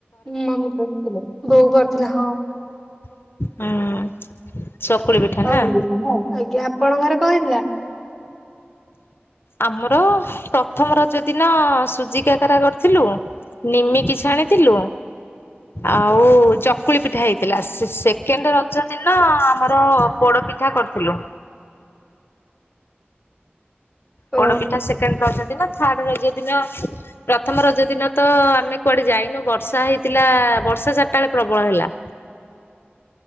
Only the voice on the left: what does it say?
ହୁଁ। ଚକୁଳି ପିଠା
ନା?
ଆମର ପ୍ରଥମ ରଜ ଦିନ ସୁଜି କାକରା କରିଥିଲୁ, ନିମିକି ଛାଣିଥିଲୁ ଆଉ ଚକୁଳି ପିଠା ହେଇ ଥିଲା। ସେ-ସେକେଣ୍ଡ ରଜ ଦିନ ଆମର ପୋଡ ପିଠା କରିଥିଲୁ।
ପୋଡପିଠା ସେକେଣ୍ଡ ରଜ ଦିନ, ଥାର୍ଡ ରଜ ଦିନ ପ୍ରଥମ ରଜ ଦିନ ତ ଆମେ କୁଆଡେ ଯାଇନୁ ବର୍ଷା ହେଇଥିଲା ବର୍ଷା ଚାରିଟା ବେଳେ ପ୍ରବଳ ହେଲା।